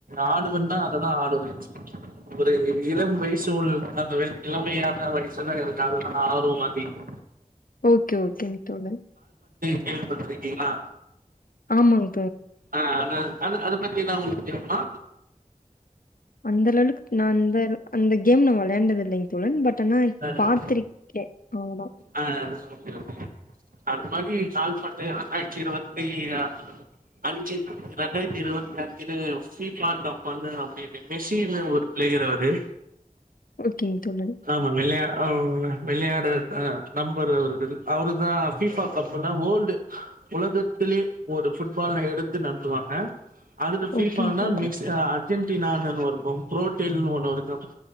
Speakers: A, on the right; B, on the left.
A: ஆடு வந்தா அததா ஆடுவ ஒரு இளம் வயசு உள் அந்த வெள் இளமையான வயசுதா இருக்காதுனா ஆர்வம் அதிகம்
B: ஓகே ஓகேங் தோழன்
A: கேள்விப்பட்ருக்கீங்ளா
B: ஆமாங்
A: ஆஹ் அத அது அத பத்தில்லா உங்களுக்கு தெரியுமா
B: அந்த லெவலுக்கு நா அந்த அந்த கேம் நா வெளாண்டதில்லைங் தோழன் பட் ஆனா பாத்ருக்கே
A: ஆ
B: அவ்ளோதா
A: ஆ ஓகே ஓகே அது மாரி கால்பந்து ரெண்டாயிரத்தி இருவத்தி அ அஞ்சி ரெண்டாயிரத்தி இருவத்தி அஞ்சில ஃபிஃபா கப்புனு அப்டின்னு மெஸின்னு ஒரு ப்ளேயரு அவரு
B: ஓகேங்க தோழன்.
A: ஆமா வெளையா <unintelligible> வெளையாடு அ நம்பரு <unintelligible> அவருதா ஃபிஃபா கப்புன்னா வோல்டு உலகத்திலே ஒரு ஃபுட்பால் எடுத்து நடத்துவாங்க அதுகு ஃபீஃபா
B: ஓகேங்க
A: னா
B: தோழன்.
A: மெக்ஸ் அ அர்ஜென்டீனான்னு <unintelligible> அப்றோ ப்ரோடேல்னு ஒண்ணு இருக்கு